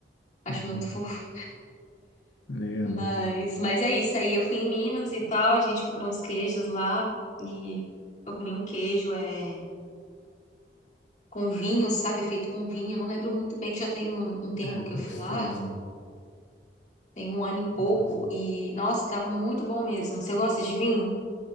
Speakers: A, on the left (about 45°); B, on the left (about 85°).
A: acho
B: Hum.
A: muito fofo.
B: Legal.
A: Mas, mas é isso aí, eu fui em Minas e tal, a gente comprou uns queijos lá e eu comi um queijo, é, com vinho, sabe? Feito com vinho, eu não lembro muito bem que já tem um um tempo
B: Ah,
A: que
B: gostoso.
A: eu fui lá, Tem um ano e pouco
B: Gostoso.
A: e, nossa, tava muito bom mesmo. Você gosta de vinho?